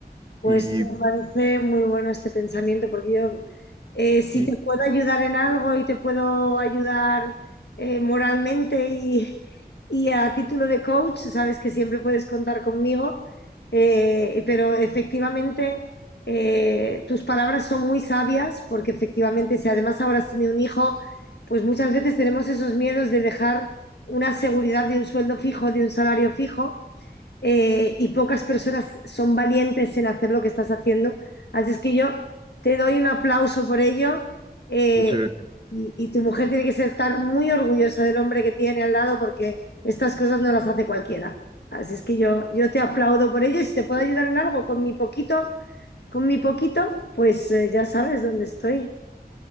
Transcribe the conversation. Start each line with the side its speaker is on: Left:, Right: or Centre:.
Left: Pues
Right: Y
Left: me parece muy bueno este pensamiento, porque yo, eh, si
Right: sí,
Left: te puedo ayudar en algo y te puedo ayudar eh, moralmente y, y a título de coach, sabes que siempre puedes contar conmigo, eh, pero efectivamente eh, tus palabras son muy sabias, porque efectivamente si además ahora has tenido un hijo, pues muchas veces tenemos esos miedos de dejar una seguridad de un sueldo fijo, de un salario fijo eh, y pocas personas son valientes en hacer lo que estás haciendo. Así es que yo te doy un aplauso por ello eh,
Right: muchas gracias.
Left: y, y tu mujer tiene que ser estar muy orgullosa del hombre que tiene al lado porque estas cosas no las hace cualquiera. Así es que yo, yo te aplaudo por ello y si te puedo ayudar en algo con mi poquito, con mi poquito, pues eh, ya sabes dónde estoy.